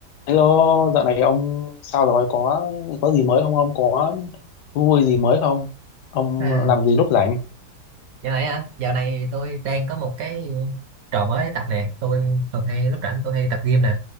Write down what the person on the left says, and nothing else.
Hello, dạo này ông sao rồi? Có có gì mới không? Ông có thú vui gì mới không? Ông
làm gì lúc rảnh?